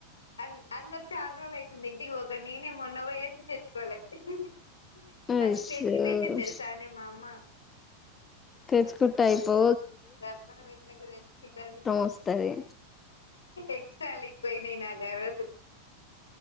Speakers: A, on the left; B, on the left.
A: అన్ అందరు చాలా రోలు అయితుంది ఇంటికి పోగ్ ఇగ నేనే మొన్న ఓయచ్చి తెచ్చుకోలే హి హి
B: అయ్యో
A: మళ్ళీ పెట్టి పెట్టింది తెలుసానే మా అమ్మ,
B: తెచ్చుకుంటా అయిపో
A: దప్పన వెట్నక్క తెచ్చుకుంటా
B: వస్తది
A: ఎక్స్ట్రా అల్లికిపోయినాయి నాక్ ఆ రోజు